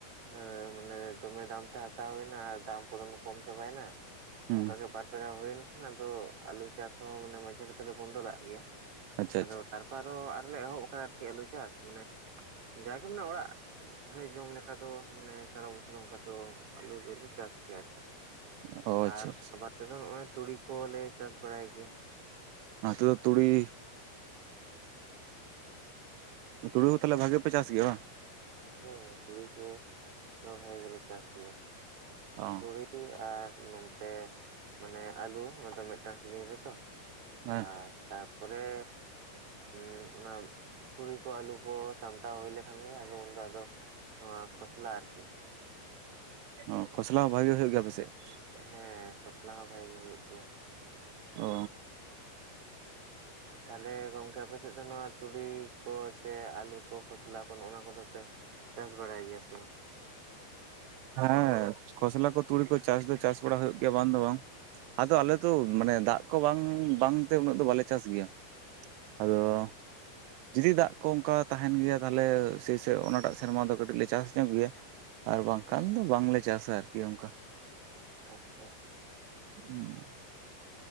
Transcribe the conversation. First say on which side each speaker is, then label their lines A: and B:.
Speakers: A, on the right; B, on the right.
A: ᱦᱮᱸ ᱢᱟᱱᱮ ᱫᱚᱢᱮ ᱫᱟᱢ ᱛᱮ ᱦᱟᱛᱟᱣ ᱦᱳᱭᱱᱟ ᱟᱨ ᱫᱟᱢ ᱠᱚ ᱫᱚᱢᱮ ᱠᱚᱢ ᱪᱟᱵᱟᱭᱱᱟ᱾
B: ᱦᱩᱸ
A: ᱚᱝᱠᱟᱜᱮ ᱵᱟᱨᱯᱮ ᱫᱷᱟᱣ ᱦᱳᱭᱮᱱ ᱠᱷᱟᱱ ᱟᱫᱚ ᱟᱞᱩ ᱪᱟᱥ ᱦᱚᱸ ᱢᱟᱱᱮ ᱢᱟᱡᱷᱮ ᱨᱮᱫᱚᱞᱮ ᱵᱚᱱᱫᱚᱞᱟᱜ ᱜᱮᱭᱟ᱾
B: ᱟᱪᱪᱷᱟ
A: ᱟᱫᱚ
B: ᱟᱪᱪᱷᱟ
A: ᱛᱟᱨᱯᱟ ᱟᱨᱚ ᱟᱨᱚᱞᱮ ᱮᱦᱚᱵ ᱟᱠᱟᱫᱟ ᱟᱨᱠᱤ ᱟᱹᱞᱩ ᱪᱟᱥ ᱢᱟᱱᱮ ᱡᱟᱜᱤ ᱢᱟᱱᱮ ᱚᱲᱟᱜ ᱨᱮ ᱡᱚᱢ ᱞᱮᱠ ᱠᱟᱫᱚ ᱢᱟᱱᱮ ᱥᱟᱨᱟ ᱵᱚᱪᱷᱚᱨ ᱚᱝᱠᱟ ᱫᱚ ᱟᱞᱩ ᱫᱚᱞᱮ ᱪᱟᱥ ᱜᱮᱭᱟ ᱟᱨᱠᱤ᱾
B: ᱚ ᱟᱪᱪᱷᱟ
A: ᱟᱨ
B: ᱟᱪᱪᱷᱟ
A: ᱟᱵᱟᱛ ᱛᱮᱫᱚ ᱱᱚᱜᱼᱚᱭ ᱛᱩᱲᱤ ᱠᱚᱞᱮ ᱪᱟᱥ ᱵᱟᱲᱟᱭ ᱜᱮᱭᱟ᱾
B: ᱱᱚᱛᱮ ᱫᱚ ᱛᱩᱲᱤ ᱛᱩᱲᱩ ᱦᱚᱸ ᱛᱟᱦᱚᱞᱮ ᱵᱷᱟᱜᱮ ᱯᱮ ᱪᱟᱥ ᱜᱮᱭᱟ ᱵᱟᱝ?
A: ᱦᱮᱸ ᱛᱩᱲᱤ ᱠᱚ ᱫᱚᱢᱮ ᱵᱷᱟᱜᱮ ᱜᱮᱞᱮ ᱪᱟᱥ ᱜᱮᱭᱟ᱾
B: ᱚ
A: ᱛᱩᱲᱤ ᱟᱨ ᱱᱚᱱᱛᱮ ᱢᱟᱱᱮ ᱟᱞᱩ ᱚᱱᱟ ᱫᱚ ᱢᱤᱫᱴᱟᱝ ᱥᱤᱡᱤᱱ ᱨᱮᱛᱚ
B: ᱦᱮᱸ
A: ᱟᱨ ᱛᱟᱨᱯᱚᱨᱮ ᱩᱸᱜ ᱚᱱᱟ ᱛᱩᱲᱤ ᱠᱚ ᱟᱹᱞᱩ ᱠᱚ ᱥᱟᱢᱴᱟᱣ ᱦᱩᱭ ᱞᱮᱠᱷᱟᱱ ᱜᱮ ᱟᱫᱚ ᱩᱱᱫᱚ ᱟᱫᱚ ᱱᱚᱣᱟ ᱠᱷᱚᱥᱞᱟ ᱟᱨᱠᱤ
B: ᱚᱸ ᱠᱷᱚᱥᱞᱟ ᱦᱚᱸ ᱵᱷᱟᱜᱮ ᱦᱳᱭᱳᱜ ᱜᱮᱭᱟ ᱟᱯᱮ ᱥᱮᱡ?
A: ᱦᱮᱸ ᱠᱷᱚᱥᱞᱟ ᱦᱚᱸ ᱵᱷᱟᱜᱮ ᱜᱮ ᱦᱳᱭᱳᱜ ᱜᱮᱭᱟ ᱾
B: ᱚ
A: ᱛᱟᱦᱞᱮ ᱜᱚᱝᱠᱮ ᱟᱯᱮ ᱥᱮᱡ ᱫᱚ ᱱᱚᱣᱟ ᱛᱩᱲᱤ ᱠᱚ ᱥᱮ ᱟᱹᱞᱩ ᱠᱚ ᱠᱷᱚᱥᱞᱟ ᱠᱚ ᱱᱚᱜᱼᱚ ᱱᱟ ᱠᱚᱫᱚ ᱯᱮ ᱪᱟᱥ ᱵᱟᱲᱟᱭ ᱜᱮᱭᱟ ᱥᱮ ᱵᱟᱝ?
B: ᱦᱮᱸ ᱠᱷᱚᱥᱞᱟ ᱠᱚ ᱛᱩᱲᱤ ᱠᱚ ᱪᱟᱥ ᱫᱚ ᱪᱟᱥ ᱵᱟᱲᱟ ᱦᱳᱭᱳᱜ ᱜᱮᱭᱟ ᱵᱟᱝ ᱫᱚ ᱵᱟᱝ ᱾ ᱟᱫᱚ ᱟᱞᱮ ᱛᱚ ᱢᱟᱱᱮ ᱫᱟᱜ ᱠᱚ ᱵᱟᱝ ᱵᱟᱝ ᱛᱮ ᱩᱱᱟᱹᱜ ᱫᱚ ᱵᱟᱞᱮ ᱪᱟᱥ ᱜᱮᱭᱟ ᱾ ᱟᱫᱚ ᱡᱩᱫᱤ ᱫᱟᱜ ᱠᱚ ᱚᱝᱠᱟ ᱛᱟᱦᱮᱱ ᱜᱮᱭᱟ ᱛᱟᱦᱞᱮ ᱥᱮᱭ ᱥᱮ ᱚᱱᱟᱴᱟᱜ ᱥᱮᱨᱢᱟ ᱫᱚ ᱠᱟᱹᱴᱤᱡ ᱞᱮ ᱪᱟᱥ ᱧᱚᱜ ᱜᱮᱭᱟ ᱾ ᱟᱨ ᱵᱟᱝᱠᱷᱟᱱ ᱫᱚ ᱵᱟᱝ ᱞᱮ ᱪᱟᱥᱟ ᱟᱨᱠᱤ ᱚᱝᱠᱟ ᱾
A: ᱟᱪᱪᱷᱟ ᱟᱪᱪᱷᱟ!
B: ᱦᱩᱸ!